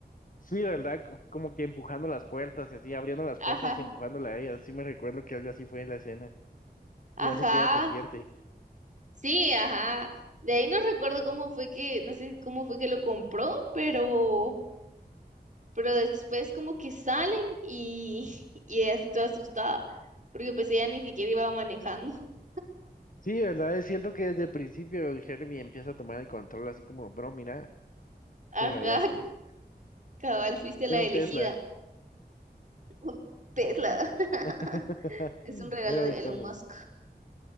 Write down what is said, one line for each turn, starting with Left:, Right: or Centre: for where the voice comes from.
Left: Sí, ¿verdad? Co- Como que empujando las puertas y así, abriendo las
Right: Ajá.
Left: puertas y empujándola a ella. Sí me recuerdo que algo así fue en la escena.
Right: Ajá,
Left: Y hace que ella se siente.
Right: sí, ajá. De ahí no recuerdo cómo fue que, no sé cómo fue que lo compró, pero, pero después como que salen y, <laughs> y ella así toda asustada, porque pues ella ni siquiera iba manejando. <laughs>
Left: Sí, ¿verdad? Es cierto que desde el principio el Herbie empieza a tomar el control así como, bro, mira,
Right: Ajá,
Left: te rayaste.
Right: cabal, fuiste la
Left: Era un
Right: elegida.
Left: Tesla.
Right: Un Tesla.
Left: <laughs>
Right: <laughs> Es un regalo
Left: Era
Right: de
Left: autónomo.
Right: Elon Musk.